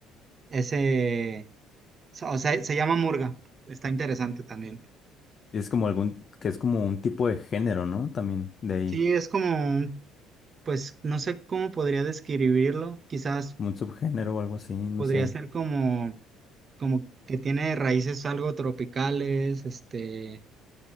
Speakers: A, on the right; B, on the left.
A: ese, o sea, se llama Murga, está interesante también.
B: Y es como algún, que es como un tipo de género, ¿no? También de ahí,
A: Sí, es como, un- pues, no sé cómo podría describirlo, quizás
B: como un subgénero o algo así, no
A: podría
B: sé.
A: ser como... como que tiene raíces algo tropicales, este,